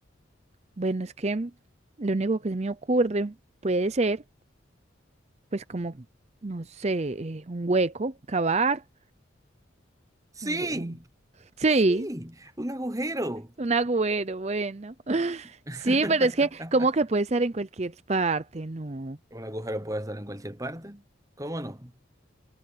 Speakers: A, on the right; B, on the right.
A: Bueno, es que lo único que se me ocurre puede ser. pues como, no sé, eh, un hueco, cavar.
B: Sí,
A: un hue- un- Sí,
B: sí, un agujero.
A: un agüero, bueno. <laughs>
B: <laughs>
A: Sí, pero es que, ¿cómo que puede ser en cualquier parte? No.
B: Un agujero puede estar en cualquier parte. ¿Cómo no?